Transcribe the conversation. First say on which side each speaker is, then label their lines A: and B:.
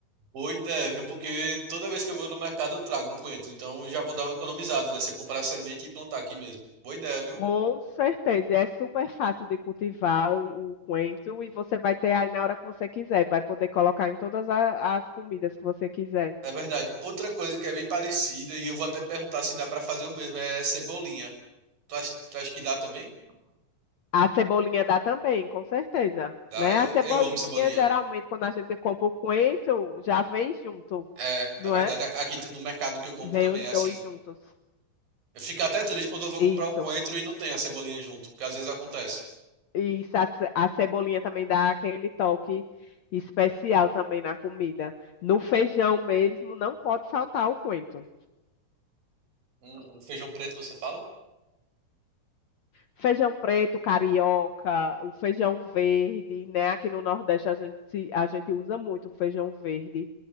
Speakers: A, on the right; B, on the left.
A: Boa ideia, Porque toda vez que eu vou no mercado eu trago um coentro. Então eu já vou dar uma economizada, né? Se eu comprar semente e plantar aqui mesmo. Boa ideia, viu?
B: Com certeza, é super fácil de cultivar o, o coentro e você vai ter aí na hora que você quiser. Vai poder colocar em todas a- as comidas que você quiser.
A: É verdade. Outra coisa que é bem parecida, e eu vou até te perguntar se dá pra fazer o mesmo, é cebolinha. Tu acha, tu acha que dá também?
B: A cebolinha dá também, com certeza,
A: Dá,
B: né?
A: eu,
B: A cebolinha,
A: eu amo cebolinha.
B: geralmente, quando a gente compra o coentro, já vem junto,
A: É,
B: não
A: é verdade.
B: é?
A: Aqui t- no mercado que eu compro
B: Vem
A: também,
B: os
A: é assim.
B: dois juntos.
A: Eu fico até triste quando eu vou
B: Isso.
A: comprar o coentro e não tem a cebolinha junto, porque às vezes acontece.
B: E isso, a, ce- a cebolinha também dá aquele toque especial também na comida. No feijão mesmo, não pode faltar o coentro.
A: Um um feijão preto, você fala?
B: Feijão preto, carioca, o feijão verde, né? Aqui no Nordeste a gente, se- a gente usa muito o feijão verde.